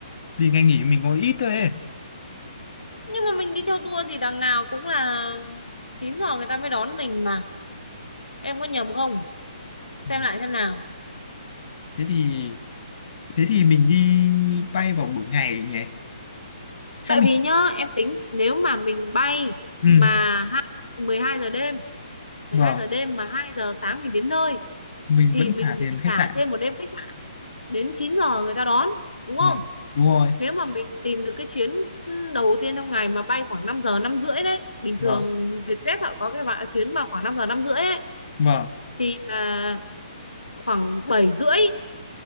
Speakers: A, on the left; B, on the left.
A: Vì ngày nghỉ mình có ít thôi
B: Ừ.
A: ấy.
B: Nhưng mà mình đi theo tour thì đằng nào cũng là 9 giờ người ta mới đón mình mà. Em có nhầm không? Xem
A: Ủa,
B: lại xem nào.
A: Thế thì thế thì mình đi bay vào buổi ngày nhỉ hay
B: Tại
A: mình
B: vì nhá, em tính nếu mà mình bay
A: ừ
B: mà hai- 12 giờ đêm, mười
A: vâng
B: hai giờ đêm mà 2 giờ sáng mình đến nơi
A: mình
B: thì
A: vẫn
B: mình
A: trả
B: phải
A: tiền khách
B: trả
A: sạn
B: thêm một đêm khách sạn đến 9 giờ người ta đón đúng không
A: vâng đúng rồi
B: nếu mà mình tìm được cái chuyến đầu tiên trong ngày mà bay khoảng 5 giờ năm rưỡi đấy bình
A: vâng
B: thường Vietjet họ có cái bạn chuyến mà khoảng 5 giờ năm rưỡi ấy
A: vâng
B: thì là khoảng 7 rưỡi